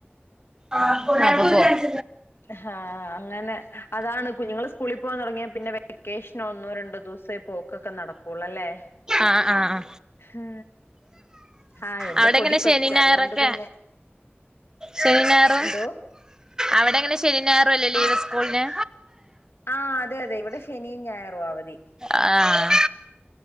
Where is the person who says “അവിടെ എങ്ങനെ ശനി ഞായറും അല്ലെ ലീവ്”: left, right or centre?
Right